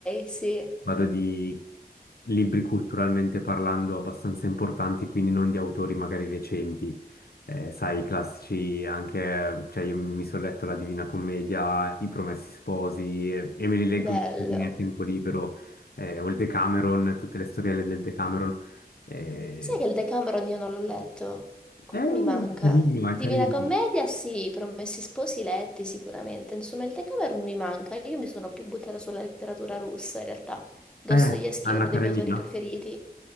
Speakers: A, in the centre; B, on the left (about 70°).
A: sì,
B: Vado di libri culturalmente parlando abbastanza importanti, quindi non di autori magari recenti. Eh, sai, i classici anche, cioè io mi sono letto La Divina Commedia, I Promessi Sposi eh, e, me li leggo
A: bello.
B: in- nel tempo libero, eh, o il Decameron, tutte le storielle del Decameron. Eh,
A: Sai che il Decameron io non l'ho letto? Quello
B: è
A: mi manca.
B: carino,
A: Divina
B: è carino.
A: Commedia, sì, Promessi Sposi letti sicuramente. Insomma, il Decameron mi manca. Io mi sono più buttata sulla letteratura russa, in realtà. Dostoevsky
B: Eh, Anna
A: è uno
B: Karenina,
A: dei miei autori preferiti.